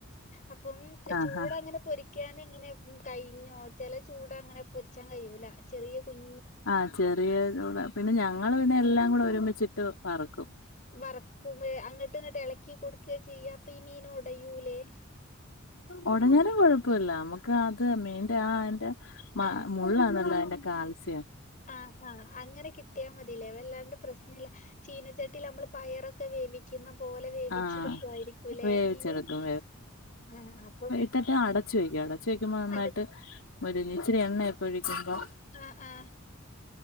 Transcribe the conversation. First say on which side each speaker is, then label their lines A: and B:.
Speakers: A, on the left (about 40°); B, on the left (about 70°).
A: അപ്പം
B: ആഹാ
A: ചൂട അങ്ങനെ പൊരി ക്കാന ഇങ്ങനെ കഴിഞ്ഞോ ചില ചൂട അങ്ങനെ പൊരിച്ചാൻ കയൂല ചെറിയ കുഞ്ഞു
B: ആ ചെറിയ ചൂട പിന്നെ ഞങ്ങള് പിന്നെ എല്ലാം കൂടെ ഒരുമിച്ചിട്ട് വ റക്കും
A: വറക്കും അങ്ങട്ടു ഇങ്ങട്ട് എളക്കി കൊടുക്ക ചെയ്യാ അപ്പൊ ഈ മീൻ ഒടയൂലേ
B: ഒടഞ്ഞാലും കൊഴപ്പല്ല മ്മക്ക് അത് മീന്റെ ആ ന്റെ മ
A: ആ
B: മുള്ളാണല്ലോ അതിന്റെ കാൽസ്യം
A: ആഹ ആഹ് അങ്ങനെ കിട്ടിയ മതില്ലേ വല്ലാണ്ട് പ്രശ്നല്ല ചീനച്ചട്ടി നമ്മള് പയറൊക്കെ ക്കെ വേവിക്കുന്ന പോലെ വേവിച്ചെടുക്കായിരിക്കും
B: ആഹ്
A: ലേ
B: വേവിച്ചെടുക്കും
A: മീന് ആ അപ്പൊ
B: ഇട്ടട്ട് അടച്ചു വയ്ക്കും അടച്ചു വെക്കുമ്പ നന്നായിട്ട്
A: അട
B: ഒരു ഇച്ചിരി എണ്ണയക്കൊഴിക്കുമ്പോ
A: ആഹ